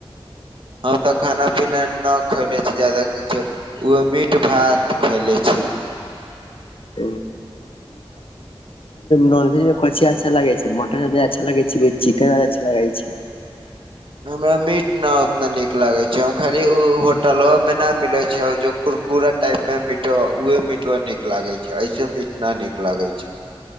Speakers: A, on the right; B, on the left.
A: हम तऽ खाना-पीना न खयले छीयै जादा कुछो। ई ओह मीट भात खैले छी।
B: <unintelligible> नॉनवेज मे कछी अच्छा लगै छै मटन अच्छा लगै छै या चिकेन अच्छा लगै छै।
A: हमरा मीट न उतना नीक लागै छै खाली ऊ होटलोमे ना मिलै छै जो, कुरकुरा टाइप मे मिट उहे मिट नीक लागे छै ऐसे मिटना ना नीक लागे छै।